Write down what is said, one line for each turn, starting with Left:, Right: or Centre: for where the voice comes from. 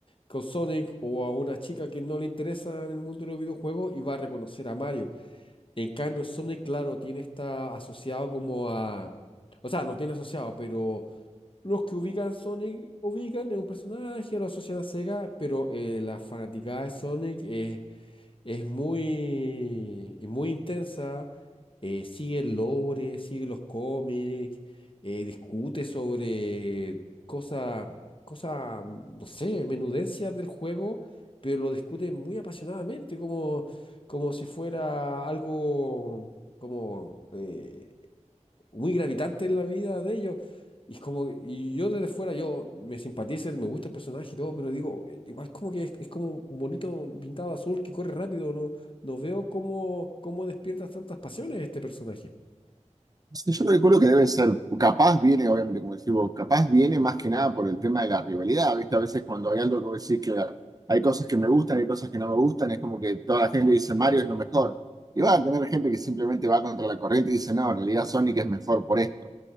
Left: con Sonic o a una chica que no le interesa en el mundo de los videojuegos y va a reconocer a Mario. En cambio, Sonic, claro, tiene está asociado como a... O sea, no tiene asociado, pero los que ubican Sonic ubican es un personaje, lo asocian a Sega, pero eh, la fanaticada de Sonic es Es muy, muy intensa, eh, sigue el lore, sigue los cómics, eh, discute sobre cosas, cosas, no sé, menudencias del juego, pero lo discute muy apasionadamente, como, como si fuera algo como eh, muy gravitante en la vida de ellos. Y es como, y yo desde fuera, yo me simpatiza, me gusta el personaje y todo, pero digo, eh, igual como que es, es como un bonito pintado azul que corre rápido, no, no veo cómo, cómo despierta tantas pasiones este personaje.
Right: Sí, yo calculo que debe ser, capaz viene, obviamente, como decimos, capaz viene más que nada por el tema de la rivalidad, ¿viste? A veces cuando hay algo que vos decís que hay cosas que me gustan, hay cosas que no me gustan, es como que toda la gente dice Mario es lo mejor. Y va a tener gente que simplemente va contra la corriente y dice, no, en realidad Sonic es mejor por esto.